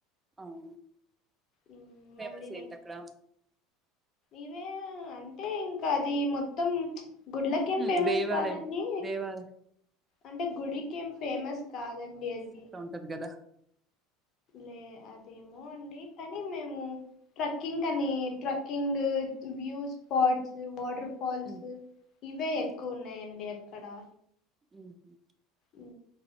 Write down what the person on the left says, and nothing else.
మ్మ్,
మళ్ళీ నెక్స్ట్
ఇవే అంటే ఇంక అది మొత్తం గుడ్లకి ఏం
ఫేమస్
కాదండి
అంటే గుడికేం ఫేమస్ కాదండి అది
లే అదేమో అండి కానీ మేము ట్రెక్కింక్ అనీ trekking view spots, water falls
ఇవే ఎక్కువ ఉన్నాయండి అక్కడా.
ఊ